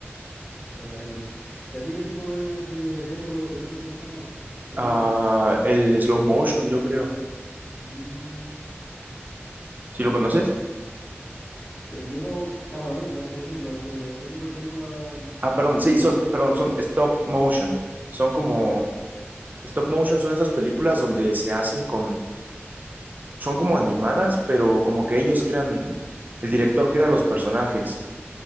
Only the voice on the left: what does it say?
Me imagino. ¿Y a ti qué tipo de, de género de película te gusta más? Me habías
dicho.
Mm,
ya. Entiendo cámara lenta, me estás diciendo. Este, ese tipo de película mm,
a stop.
¿Ya?